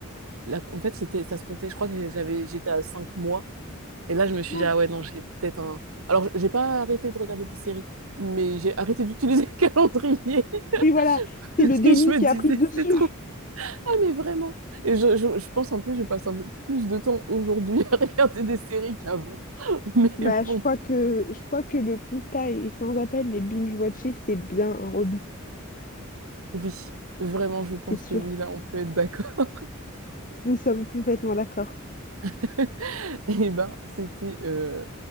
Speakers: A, on the right; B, on the left.
A: la- en fait, c'était, ça se comptait. Je crois que j'avais, j'étais à 5 mois. Et là, je me suis
B: Oh.
A: dit, ah ouais, non, j'ai peut-être un. Alors, j'ai pas arrêté de regarder des séries, mais j'ai arrêté d'utiliser le <laughs> calendrier.
B: Oui, voilà,
A: Parce
B: c'est le déni
A: que je me
B: qui
A: disais,
B: a pris le dessus.
A: c'est trop. Ah, mais vraiment. Et je, je, je pense en plus, je passe un peu plus de temps aujourd'hui <laughs> à regarder des séries qu'avant. Mais
B: Bah,
A: bon,
B: je crois que, je crois que le constat est sans appel, mais binge-watcher, c'est bien un hobby,
A: oui, vraiment, je pense
B: c'est sûr.
A: que oui, là, on peut être d'accord.
B: Nous sommes complètement d'accord.
A: <laughs> Et ben, c'était euh,